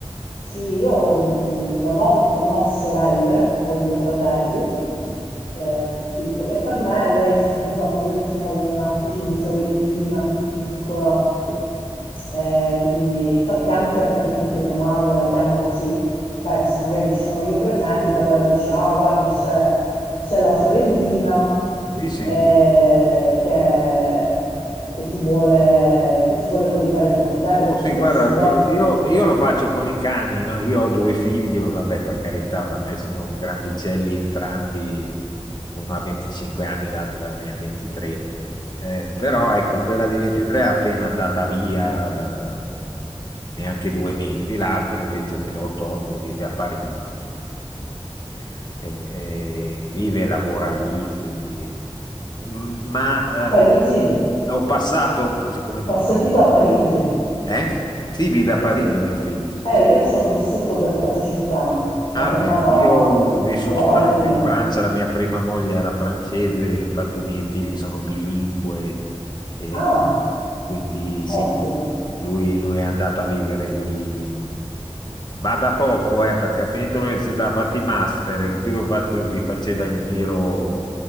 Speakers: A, on the left; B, on the left.
A: Sì, io mh, non ho, non ho sorelle, ho due fratelli
B: Mhm.
A: eh, più piccoli e per me lei è sempre stata un pochettino come una specie di sorellina più piccola,
B: Sì, sì.
A: eh, quindi infatti anche per esempio mia madre la chiama così spesso, magari ci sono io presente, allora dice ah guarda c'è c'è la sorellina
B: sì.
A: eh, che, che ti vuole, che si vuole coricare con te
B: Oh,
A: perché
B: sì,
A: spesso
B: guarda,
A: viene
B: ma io, io lo faccio con i cani, no? Io ho due figli, vabbè, per carità, oramai sono grandicelli entrambi, uno ha 25 anni, l'altro ne ha 23, Eh, però ecco, quella di 23 è appena andata via da, da neanche due mesi, l'altro invece è più autonomo, vive a Parigi, quindi figurati. Eh, eh, vive e lavora lì, quindi... eh. M- Ma
A: a Parigi.
B: eh, ho passato, siccome... ne
A: Ho sentito
B: ho-
A: a Parigi,
B: Eh? Sì, vive a Parigi
A: ho sentito...
B: mio figlio. sì.
A: Eh,
B: sì.
A: io ci ho vissuto per quasi cinque anni, sono
B: Ah
A: tornata
B: beh, io ho vissuto
A: con la pandemia.
B: tanto in Francia, la mia prima moglie era francese, infatti i miei figli sono bilingue, e
A: Ah,
B: quindi sì,
A: ottimo.
B: lui, lui è andato a vivere lì. Va da poco, eh, perché ha finito l'università, ha fatto i master, in più ha fatto- li faceva in giro